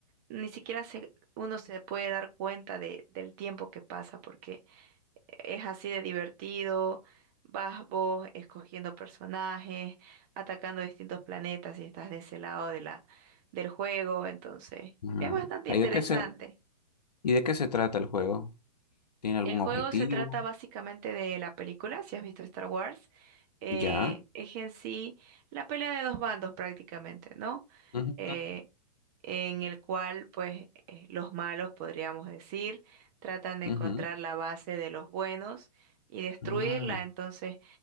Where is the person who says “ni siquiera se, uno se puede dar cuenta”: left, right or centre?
Right